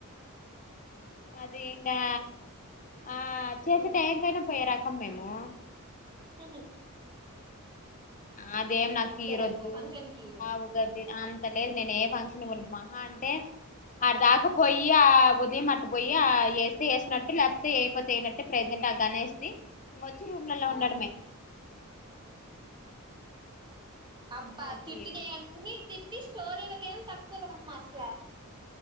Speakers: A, on the left; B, on the right.
A: అది ఇంగా ఆ చేసే
B: ఉమ్.
A: టైయం కయినా పోయిరా కమ్ మేమూ.
B: హహ
A: అదేం నాక్ కీరొద్దూ.
B: రేపు ఫంక్షన్ కి
A: ఆవు గడ్డి అంతలేద్ నేను ఏ ఫంక్షన్ పోను. మహా అంటే, ఆడ దాకా పొయ్యీ ఆ ఉదయం అటు పోయి ఆ ఏస్తే ఏసినట్టు లేకపోతే ఏయకపోతే ఏయనట్టే ప్రజెంట్ ఆ గణేష్ది. వచ్చి రూమ్లల్ల
B: ఆ
A: ఉండడమే.
B: అబ్బా
A: ఆడికి
B: తిట్టినయి
A: ఈడికి
B: అన్నీ తిట్ ఈ స్టోరీలకేం తక్కువలేవమ్మా అసలా.